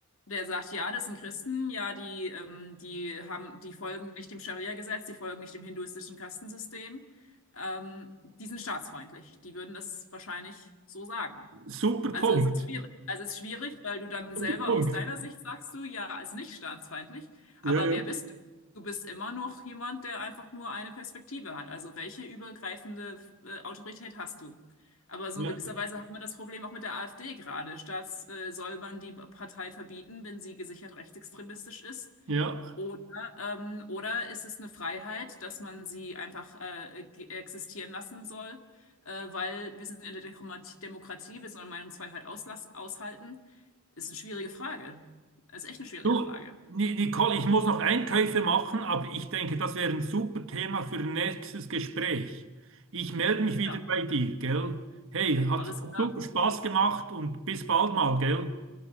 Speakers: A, on the left (about 65°); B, on the right (about 60°).
A: der sagt, ja, das sind Christen, ja, die, ähm, die haben, die folgen nicht dem Scharia-Gesetz, die folgen nicht dem hinduistischen Kastensystem, ähm, die sind staatsfeindlich. Die würden das wahrscheinlich so sagen.
B: Super
A: Also
B: Punkt.
A: es ist schwierig. Also es ist schwierig, weil du dann
B: Super
A: selber
B: Punkt.
A: aus deiner Sicht sagst du, ja, ist nicht staatsfeindlich.
B: Ja,
A: Aber
B: ja,
A: wer bist du? Du bist immer noch jemand, der einfach nur eine Perspektive hat. Also welche übergreifende äh, Autorität hast du? Aber so
B: ja.
A: in gewisser Weise haben wir das Problem auch mit der AfD gerade. Staats, äh, soll man die Partei verbieten, wenn sie gesichert rechtsextremistisch ist?
B: ja.
A: Oder, ähm, oder ist es eine Freiheit, dass man sie einfach äh, ge- existieren lassen soll, äh, weil wir sind in der Demokratie, Demokratie, wir sollen Meinungsfreiheit auslass aushalten? Ist eine schwierige Frage. Ist echt eine schwierige
B: Du,
A: Frage.
B: Ni- Nicole, ich muss noch Einkäufe machen, aber ich denke, das wäre ein super Thema für ein nächstes Gespräch. Ich melde mich wieder
A: Ja,
B: bei dir, gell? Hey, hat,
A: alles
B: hat
A: klar.
B: super Spaß gemacht und bis bald mal, gell?